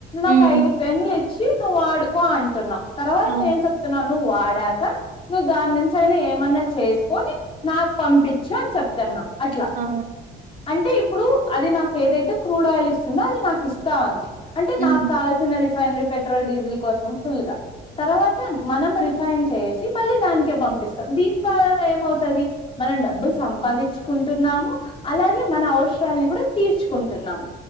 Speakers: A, on the left (about 35°); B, on the right (about 50°).
A: నాకు
B: ఉమ్,
A: ఐదు పెన్లు ఇచ్చి నువ్వు ఆడుకో అంటున్నావ్ తర్వాత
B: ఆ
A: నువ్వు ఏం చెప్ తున్నవ్ నువ్వు వాడాక నువ్వు దాని నుంచి అయినా ఏమన్న చేసుకొని నాకు పంపిచు అని చెప్తాన్నా అట్ల
B: ఆ అ
A: అంటే ఇప్పుడు అది నాకు ఏదైతే క్రూడ్ ఆయిల్ ఇస్తుందో అది నాకు ఇస్తా అంది అంటే నాకు
B: ఉమ్,
A: కావాల్ సిన రిఫైనరీ పెట్రోల్ డీజిల్ కోసం ఫుల్ గా తర్వాత మనం రిఫైన్ చేసి మళ్ళీ దానికే పంపిస్తాం దిని ద్వారా ఏమవుతది మనం డబ్బులు సంపాదించుకుంటున్నాము అలాగే మన అవసరాలని గూడ తీర్చుకుంటున్నాం